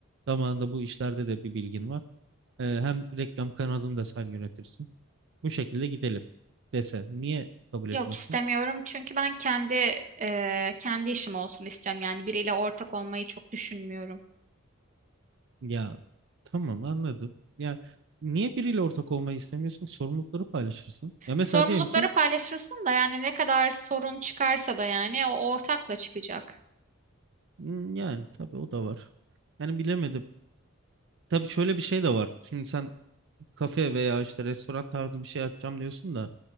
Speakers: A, on the right (about 60°); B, on the right (about 35°).
A: Zamanında bu işlerde de bir bilgin var. E, hem reklam kanalını da sen yönetirsin. Bu şekilde gidelim dese niye kabul etmezsin?
B: Yok istemiyorum çünkü ben kendi eee, kendi işim olsun istiyorum yani biriyle ortak olmayı çok düşünmüyorum.
A: Ya tamam anladım. Ya niye biriyle ortak olmayı istemiyorsun? Sorumlulukları paylaşırsın. Ya mesela
B: Sorumlulukları
A: diyelim ki
B: paylaşırsın da yani ne kadar sorun çıkarsa da yani o ortakla çıkacak.
A: Hmm, Yani tabii o da var. Yani bilemedim. Tabii şöyle bir şey de var. Şimdi sen kafe veya işte restoran tarzı bir şey açacağım diyorsun da